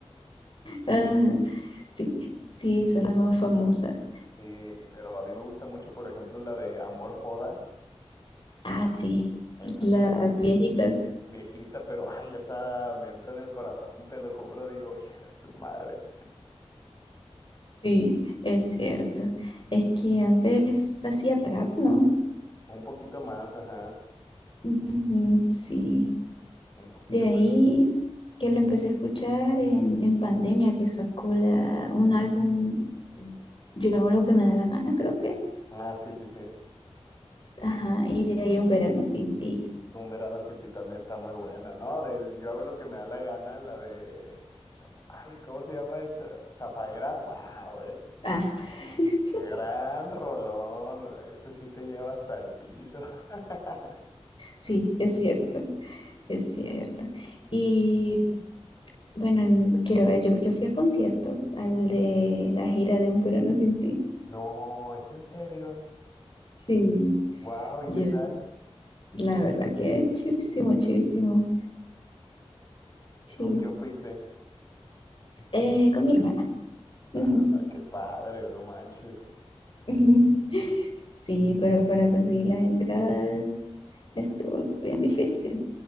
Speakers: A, on the left (about 55°); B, on the left (about 35°).
A: Ajá, Sí, sí, son las más famosas.
B: Sí, pero a mí me gusta mucho, por ejemplo, la de Amor Foda.
A: Ah, sí,
B: Esa
A: las
B: sí, a mí,
A: viejitas.
B: viejita, pero ay, esa me entra en el corazón, te lo juro. Digo, hija, de su madre.
A: Sí, es cierto. Es que antes hacía trap, ¿no?
B: Un poquito más, ajá.
A: Ujú, Sí.
B: Un poquillo
A: De ahí
B: más.
A: que lo empecé a escuchar en, en pandemia, que sacó la, un álbum, Yo hago lo que me da la gana, creo que.
B: Ah, sí, sí, sí.
A: Ajá, y de ahí un verano sin ti.
B: Un verano sin ti también está muy buena, ¿no? Del yo hago lo que me da la gana, la de. Ay, ¿cómo se llama esta? Zafaera, wow, eh.
A: Ah, <laughs>
B: Gran rolón, güey, eso sí te lleva hasta el piso. <laughs>
A: sí, es cierto, es cierto. Y bueno, en- quiero ver, yo, yo fui a concierto, al de la gira de Un verano sin ti.
B: No, es en serio.
A: Sí,
B: Wow, ¿y
A: yo,
B: qué tal?
A: la verdad que chivísimo, chivísimo, sí
B: ¿Con quién fuiste?
A: Eh, con mi hermana. Ujú.
B: Ah, qué padre, no manches.
A: <laughs> Sí, pero para conseguir las entradas estuvo bien difícil.